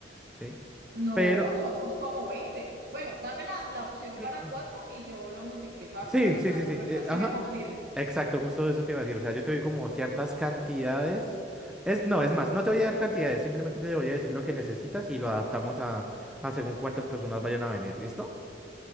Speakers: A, in the centre; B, on the right.
A: ¿sí?
B: No,
A: Pero...
B: somos como 20. Bueno, dame la, la opción
A: <clears throat>
B: para cuatro y yo lo multiplico de
A: Sí,
B: acuerdo a las
A: sí,
B: can-
A: sí, sí.
B: personas
A: eh, ajá.
B: que me confirmen.
A: Exacto, justo eso te iba a decir. O sea, yo te doy como ciertas cantidades. Es, no, es más, no te voy a dar cantidades, simplemente te voy a decir lo que necesitas y lo adaptamos a, a según cuántas personas vayan a venir, ¿listo?